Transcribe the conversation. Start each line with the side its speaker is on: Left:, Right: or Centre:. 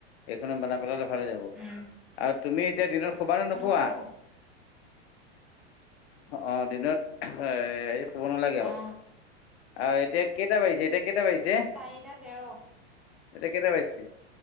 Left: এইখনত বনাই পেলালে ভাল হৈ যাব
Centre: উম
Left: আৰু তুমি এতিয়া দিনত শোবা নে নোখোৱা?
Centre: নুশু
Left: অ', দিনত হেৰি শুব নালাগে
Centre: অ
Left: হক। অ', এতিয়া কেইটা বাজিছে এতিয়া কেইটা বাজিছে।
Centre: চাৰিটা তেৰ।
Left: এতিয়া কেইটা বাজিছে।